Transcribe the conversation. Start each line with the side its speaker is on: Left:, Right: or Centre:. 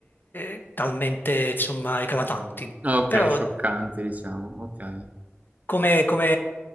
Left: eh, talmente insomma, eclatanti,
Right: Ah, okay,
Left: però
Right: scioccanti diciamo, okay,
Left: come, come,